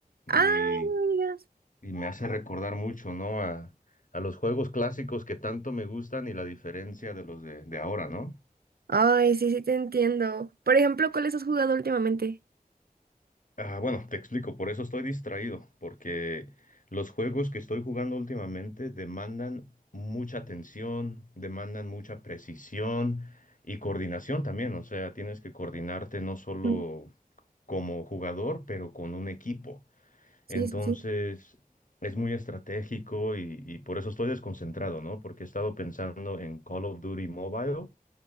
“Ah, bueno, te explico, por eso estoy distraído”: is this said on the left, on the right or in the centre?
Left